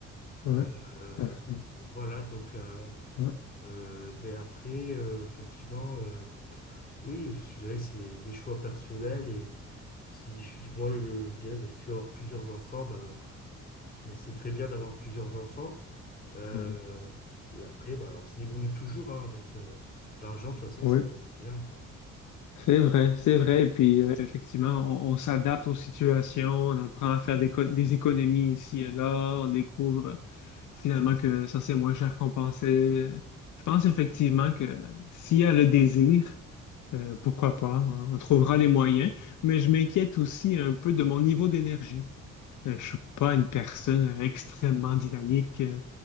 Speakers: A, on the left; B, on the left.
A: ouais,
B: Euh, euh,
A: tout à fait.
B: voilà, donc. euh,
A: Ouais,
B: euh, mais après, euh, effectivement, euh, oui, je dirais c'est des choix personnels. Et si je, suis- moi, je, je dirais, bah, si tu veux avoir plusieurs enfants, bah, c'est très bien d'avoir plusieurs enfants. Euh,
A: euh,
B: et après, bah, on se débrouille toujours hein, avec euh, l'argent. De toute façon,
A: ouais.
B: ça, ça vient, quoi.
A: c'est vrai, c'est vrai. Et puis, euh, effectivement, on, on s'adapte aux situations, on apprend à faire des, co- des économies ici et là, on découvre euh, finalement que ça, c'est moins cher qu'on pensait. Je pense effectivement que s'il y a le désir, euh, pourquoi pas, hein, on trouvera les moyens. Mais je m'inquiète aussi un peu de mon niveau d'énergie. Euh, je suis pas une personne euh, extrêmement dynamique euh,